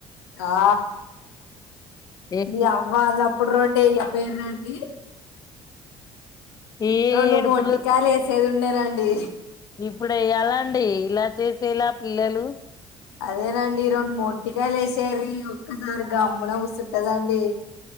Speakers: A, on the left (about 85°); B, on the left (about 30°).
A: ఆ
B: ఏంటి
A: న అవ్వ అ అప్పుడు రోంటే్య పేరు రండి
B: ఏ
A: రెండు
B: ఏడుపులు
A: మొట్టికాయలు వేసేది ఉండేనండి
B: ఇప్పుడు ఎలా అండి ఇలా చేసేలా పిల్లలు
A: అదేనండి రెండు మొట్టికాయలు లేసేరీయు ఒసారి గమ్మున కూస్తుంటదండి